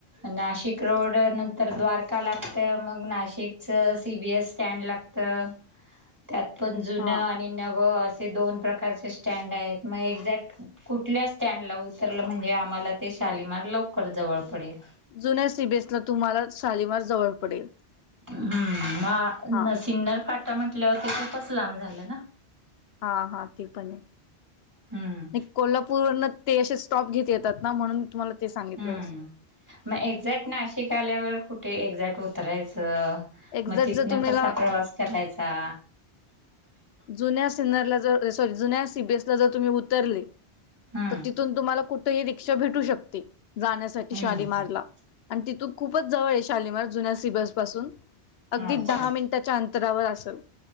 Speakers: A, on the right (about 15°); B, on the left (about 70°).
A: नाशिक रोड नंतर द्वारका लागत मग नाशिकच सी बीएस स्टँड लाग त्यात पण जुनं
B: हा
A: आणि नवं अस ते दोन प्रकारचे स्टँड आहेत मग एक्झॅक्ट कुठल्या स्टँडला उतरलं म्हणजे आम्हाला ते शालीमार लवकर जवळ पडेल.
B: जुन्या सीबीएसला तुम्हाला शालिमार जवळ पडेल.
A: हम्म
B: हा
A: म सिन्नर फाटा म्हंटल्यावरती खूपच लांब झालं ना
B: हा हा ते पण आहे.
A: हम्म
B: कोल्हापूरवरन ते असे स्टॉप घेत येतात ना म्हणून तुम्हाला ते सांगितलं
A: हम्म
B: जसं
A: मग एक्झॅक्ट नाशिक आल्यावर कु कुठे एक्झॅक्ट उतरायचं
B: एक्झॅक्ट
A: मग तिथनं
B: जर तुम्हीला
A: कसा प्रवास करायचा?
B: जुन्या सिन्नरला जर सॉरी जुन्या सीबीएस जर तुम्ही उतरले
A: हम्म
B: तर तिथून तुम्हाला कुठ कुठेही रिक्षा भेटू शकते जाण्यासाठी
A: हम्म
B: शालीमारला
A: हम्म
B: आणि तिथून खूपच जवळ आहे शालीमार जुन्या सी बी एस पासून अगदी
A: अच्छा
B: दहा मिनिटाच्या अंतरावर असल.